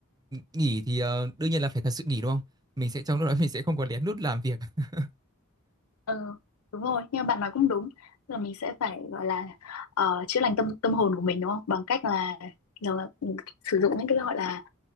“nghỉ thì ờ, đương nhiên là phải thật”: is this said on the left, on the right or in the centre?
Right